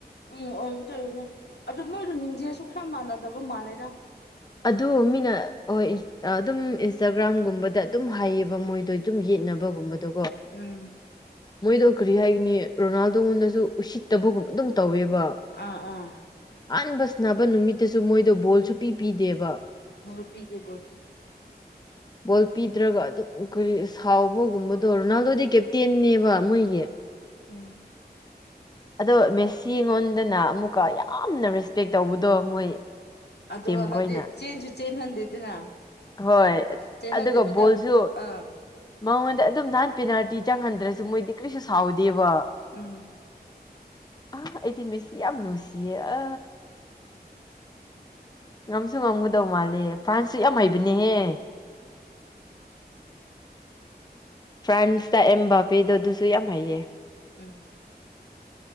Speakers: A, on the left (about 80°); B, on the left (about 25°).
A: ꯎꯝ ꯑꯣꯏꯔꯗ ꯑꯣꯏꯔꯅꯦ ꯑꯗꯨ ꯃꯣꯏꯗꯣ ꯅꯤꯡꯖꯦꯁꯨ ꯈꯔ ꯃꯥꯟꯅꯗꯕ ꯃꯥꯜꯂꯦꯗ
B: ꯑꯗꯨ ꯃꯤꯅ ꯍꯣꯏ ꯑꯗꯨꯝ ꯏꯟꯁꯇꯥꯒ꯭ꯔꯥꯝꯒꯨꯝꯕꯗ ꯑꯗꯨꯝ ꯍꯥꯏꯌꯦꯕ ꯃꯣꯏꯗꯣ ꯑꯗꯨꯝ ꯌꯦ ꯌꯦꯠꯅꯕꯒꯨꯝꯕꯗꯨ
A: ꯎꯝ
B: ꯃꯣꯏꯗꯣ ꯀꯔꯤ ꯍꯥꯏꯒꯅꯤ ꯔꯣꯅꯥꯜꯗꯣꯉꯣꯟꯗꯁꯨ ꯎꯁꯤꯠꯇꯕꯒꯨꯝꯕ ꯑꯗꯨꯝ ꯇꯧꯋꯦꯕ
A: ꯑꯥ ꯑꯥ
B: ꯑꯍꯥꯟꯕ ꯁꯅꯕ ꯅꯨꯃꯤꯠꯇꯁꯨ ꯃꯣꯏꯗꯣ ꯕꯣꯜꯁꯨ ꯄꯤ ꯄꯤꯗꯦꯕ
A: ꯣꯄꯤꯤꯗꯤꯦ ꯣꯄꯤꯤ
B: ꯕꯣꯜ ꯄꯤꯗ꯭ꯔꯒ ꯑꯗꯨꯝ ꯀꯔꯤ ꯁꯥꯎꯕꯒꯨꯝꯕꯗꯣ ꯔꯣꯅꯥꯜꯗꯣꯗꯤ ꯀꯦꯞꯇꯦꯟꯅꯦꯕ ꯃꯣꯏꯒꯤ
A: ꯎꯝ
B: ꯑꯗꯣ ꯃꯦꯁꯤ ꯑꯩꯉꯣꯟꯗꯅ ꯑꯃꯨꯛꯀ ꯌꯥꯝꯅ ꯔꯦꯁꯄꯦꯛ ꯇꯧꯕꯗꯣ ꯃꯣꯏ
A: ꯑꯣ
B: ꯇꯤꯝ
A: ꯍꯥꯏꯗꯤ
B: ꯈꯣꯏꯅ
A: ꯆꯦꯟꯁꯨ ꯆꯦꯟꯍꯟꯗꯦꯗꯅ
B: ꯍꯣꯏ
A: ꯆꯦꯟꯍꯟꯗꯕꯤꯗ
B: ꯑꯗꯨꯒ ꯕꯣꯜꯁꯨ
A: ꯑꯥ
B: ꯃꯉꯣꯟꯗ ꯑꯗꯨꯝ ꯅꯍꯥꯟ ꯄꯦꯅꯥꯜꯇꯤ ꯆꯪꯍꯟꯗ꯭ꯔꯁꯨ ꯃꯣꯏꯗꯤ ꯀꯔꯤꯁꯨ ꯁꯥꯎꯗꯦꯕ
A: ꯎꯝ
B: ꯑ ꯑꯩꯗꯤꯤ ꯃꯤꯁꯤ ꯌꯥꯝ ꯅꯨꯡꯁꯤꯌꯦ ꯑ ꯉꯝꯁꯨ ꯉꯝꯒꯗꯧ ꯃꯥꯜꯂꯦ ꯐ꯭ꯔꯥꯟꯁꯁꯨ ꯌꯥꯝ ꯍꯩꯕꯅꯦꯍꯦ ꯐ꯭ꯔꯥꯟꯁꯇ ꯑꯦꯝ ꯕꯥꯕꯦꯗꯣ ꯑꯗꯨꯁꯨ ꯌꯥꯝ ꯍꯩꯌꯦ
A: ꯎꯝ